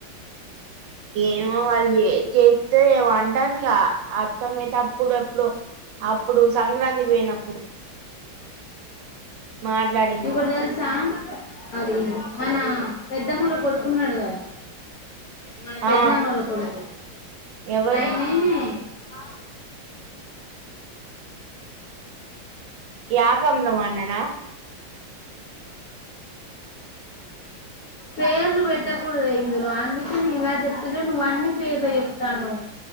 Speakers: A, on the right; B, on the left.
A: ఏమో వాళ్ళు చే చేస్తే ఏమో అంటుందిగా అర్థం అయితే అప్పుడు ఎప్పుడు అప్పుడు సంక్రాంతి పోయినప్పుడు మాట్లాడింది
B: ఇ కొ స అది మన పెద్ద ద్దములు పడుకున్నాడు గదా మన పెద్నాన్న
A: ఆ
B: వాళ్ళ కొడుతే
A: ఎవరు
B: అయినే ఆ
A: యాకమ్లమాండనా
B: పేర్లు పెట్టకూడదు ఇందులో అందుకే నే ఇలా చెప్తుండే నువ్వ అన్ని పేర్లు చెప్తాను